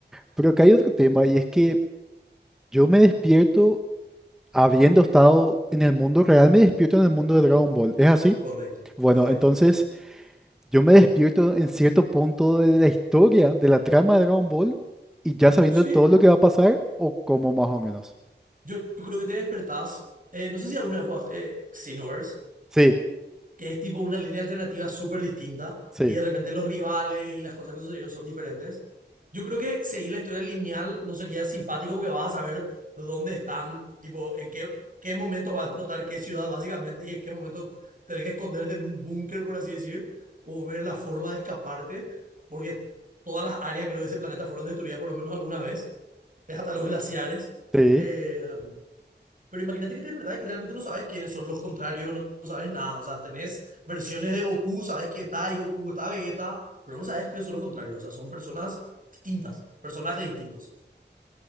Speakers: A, in the centre; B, on the right.
A: Pero acá hay otro tema y es que yo me despierto habiendo estado en el mundo real, me despierto en el mundo de Dragon Ball. ¿Es así?
B: Correcto,
A: Bueno,
B: correcto.
A: entonces yo me despierto en cierto punto de la historia, de la trama de Dragon Ball y ya sabiendo
B: Sí,
A: todo lo que va a pasar o como más o menos.
B: Yo creo que te despertás. eh, no sé si alguna vez jugaste eh, Xenoverse,
A: Sí,
B: que es tipo una línea alternativa súper distinta
A: sí,
B: y de repente los rivales y las cosas que sucedieron son diferentes. Yo creo que seguir la historia lineal no sería simpático porque vas a saber dónde están, tipo, en qué, qué momento va a explotar qué ciudad básicamente y en qué momento tenés que esconderte en un búnker, por así decir, o ver la forma de escaparte, porque todas las áreas creo de ese planeta fueron destruidas por lo menos alguna vez, es hasta los glaciares.
A: sí.
B: Eh, pero imagínate que te despertás y realmente no sabes quiénes son los contrarios, no, no sabes nada. O sea, tenés versiones de Goku, sabes que está ahí Goku, está Vegeta, pero no sabes quiénes son los contrarios. O sea, son personas distintas, personajes distintos.